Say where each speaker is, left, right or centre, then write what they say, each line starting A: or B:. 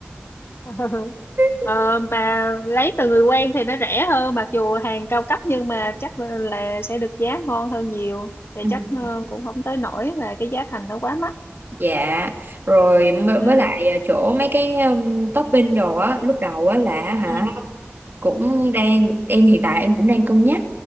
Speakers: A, on the left; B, on the right.
A: Ừ. <laughs>
B: Ừ.
A: Ờ, mà lấy từ người quen thì nó rẻ hơn mặc dù hàng cao cấp nhưng mà chắc là là sẽ được giá ngon hơn nhiều thì
B: <laughs>
A: chắc ờ, cũng không tới nỗi là cái giá thành nó quá mắc
B: Dạ rồi m-
A: ừ
B: với lại à, chỗ mấy cái um, topping đồ á lúc đầu á là hả
A: ừ
B: cũng đang em hiện tại em cũng đang cân nhắc